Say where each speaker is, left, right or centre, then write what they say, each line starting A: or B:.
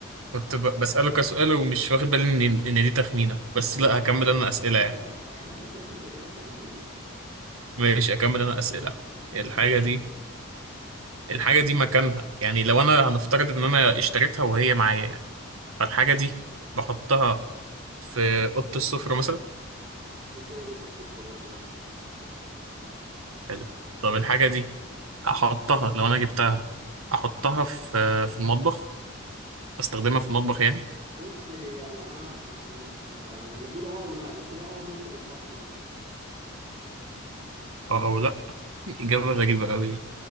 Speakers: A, on the right; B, on the right.
A: كنت ب... بسأله كسؤال ومش واخد بالي ان ان دي تخمينة بس
B: ايوه
A: لا
B: ما
A: هكمل
B: انت كده
A: انا
B: خمنت
A: أسئلة يعني
B: <laughs> انت كده خمنت
A: ماشي هكمل انا أسئلة الحاجة
B: طيب
A: دي الحاجة دي مكانها يعني لو انا هنفترض ان انا اشتريتها وهي معايا يعني فالحاجة دي بحطها في أوضة السفرة مثلا
B: مش اوضه السفره برضو لا
A: حلو طب الحاجة دي هحطها لو انا جبتها احطها في في المطبخ استخدمها
B: بت-
A: في المطبخ يعني
B: بص هي يعني انا ما- ما- يعني المفروض اه او لا بس هي اه ممكن تتحط في المطبخ
A: اه او لا إجابة غريبة قوي